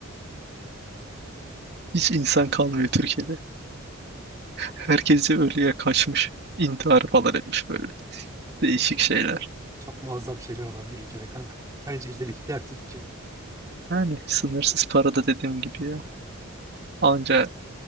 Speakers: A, on the right; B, on the right.
A: Hiç insan kalmıyor Türkiye'de. Herkesi ölüye kaçmış. intihar falan etmiş böyle. Değişik şeyler.
B: Çok muazzam şeyler olabilir ülkede kanka. Bence ileri gider Türkiye.
A: Yani sınırsız para da dediğim gibi ya. Anca